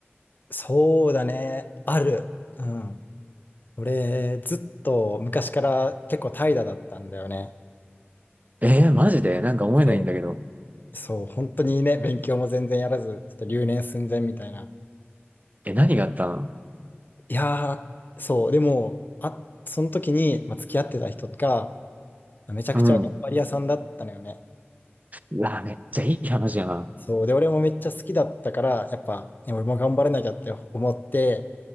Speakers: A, on the left (about 45°); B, on the right (about 40°).
A: そうだね。ある。うん。俺、ずっと昔から結構怠惰だったんだよね。
B: えー、マジでなんか思えないんだけど。
A: そう。そう、本当にね、勉強も全然やらず、ちょっと留年寸前みたいな。
B: え、何があったの
A: いやー、そう、でも、あ、その時に、まあ、付き合ってた人が、めちゃくちゃ頑張り屋さんだったのよね。
B: うん。うわ、めっちゃいい話やな。
A: そう、で、俺もめっちゃ好きだったから、やっぱ、ね、俺も頑張らなきゃって思って、